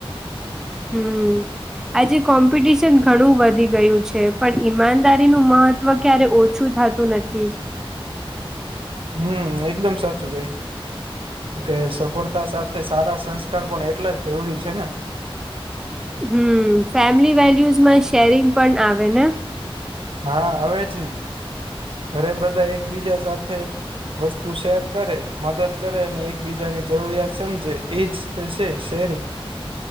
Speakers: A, in the centre; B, on the right (about 65°).
A: હમ. આજે કોમ્પિટિશન ઘણું વધી ગયું છે પણ ઈમાનદારીનું મહત્વ તવ ક્યારે ઓછું થતું નથી.
B: હમ એકદમ સાચું કઈ. કે સફળતા સાથે સારા સંસ્કાર પણ એટલા જ જરૂરી છે ને
A: હમ ફેમિલી વેલ્યુઝમાં શેરિંગ પણ આવે ને
B: હા હવે જ ને અરે બધા એકબીજા સાથે વસ્તુ શેર કરે મદદ કરે અને એકબીજાની જરૂરિયાત સમજે એ જ તે છે શેરિંગ